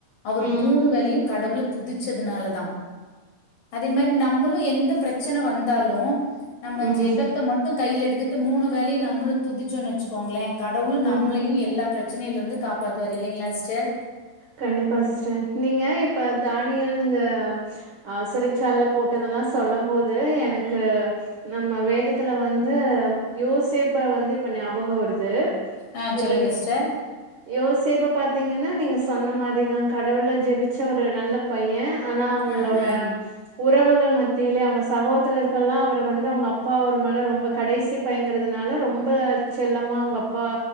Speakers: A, on the left (about 75°); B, on the right (about 65°).
A: அவர்
B: ம்
A: மூணு வேலையு கடவுளு துதிச்சதுனாலதா அதே மாரி நம்மளு எந்த பிரச்சன வந்தாலு நம்ம
B: ம்
A: ஜெபத்த மட்டு கையில எடுத்துட்டு மூணு வேலையு நம்மளு துதிச்சோன்னு வெச்சுக்கோங்களே கடவுளு
B: ம்
A: நம்மளையு எல்லா பிரச்சனையில இருந்து காப்பாத்துவாரு இல்லிங்ளா சிஸ்டர்
B: கண்டிப்பா சிஸ்டர் நீங்க இப்ப தானியல் இந்த ஆ சிறைச்சாலைல போட்டதெல்லா சொல்லும் போது எனக்கு நம்ம வேதத்துல வந்து யோசேப்ப வந்து இப்ப ஞாபகோ வருது
A: ஆ
B: இப்ப
A: சொல்லுங்க சிஸ்டர்
B: யோசேப்ப பாத்தீங்கன்னா நீங்க சொன்ன மாரிதா கடவுள ஜெபிச்ச ஒரு நல்ல பைய ஆனா அவங்களோட
A: ஆ ஆ
B: உறவுகள் மத்தியில அவங்க சகோதரர்கள்லா அவர வந்து அவங்க அப்பா அவர் மேல ரொம்ப கடைசி பையங்கறதுனால ரொம்ப செல்லமா அவங்க அப்பா